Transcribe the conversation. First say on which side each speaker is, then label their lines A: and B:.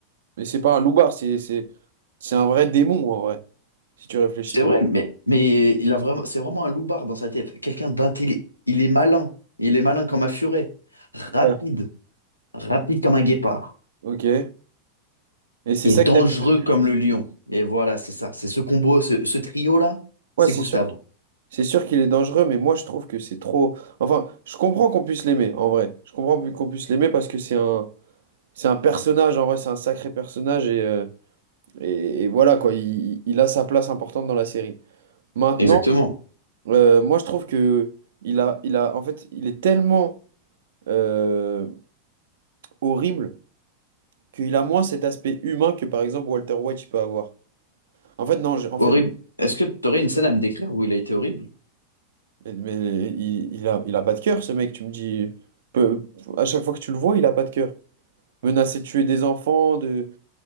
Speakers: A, on the right; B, on the left.
A: Mais c'est pas un loupard, c'est c'est c'est un vrai démon en vrai, si tu réfléchis
B: C'est
A: bien.
B: vrai, mais, mais il a vraiment, c'est vraiment un loupard dans sa tête. Quelqu'un d'intelligent. Il est malin. Il est malin comme un furet.
A: Ouais.
B: Rapide. Rapide comme un guépard.
A: Ok. Et c'est
B: Et
A: ça
B: dangereux
A: que t'aimes.
B: comme le lion. Et voilà, c'est ça. C'est ce combo, ce, ce trio-là,
A: Ouais,
B: c'est
A: c'est
B: Gustavo.
A: sûr, c'est sûr qu'il est dangereux, mais moi je trouve que c'est trop. Enfin, je comprends qu'on puisse l'aimer en vrai. Je comprends qu'on puisse l'aimer parce que c'est un c'est un personnage en vrai, c'est un sacré personnage et euh, et, et voilà quoi. Il, il a sa place importante dans la série. Maintenant,
B: Exactement.
A: euh, moi je trouve que il a il a en fait il est tellement euh, horrible qu'il a moins cet aspect humain que par exemple Walter White il peut avoir. En fait, non, j'ai- en
B: Horrible.
A: fait,
B: Est-ce que tu aurais une scène à me décrire où il a été horrible?
A: mais mais il, il a, il a pas de cœur, ce mec, tu me dis. Peu- à chaque fois que tu le vois, il a pas de cœur. Menacer de tuer des enfants, de.